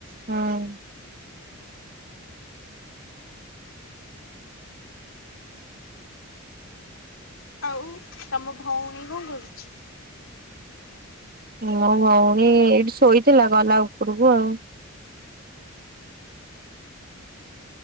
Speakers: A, on the right; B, on the left.
A: ହୁଁ।
B: ଆଉ ତମ ଭଉଣୀ କଣ କରୁଛି?
A: ମୋ ଭଉଣି ଏଇଠି ଶୋଇଥିଲା ଗଲା ଉପରକୁ ଆଉ।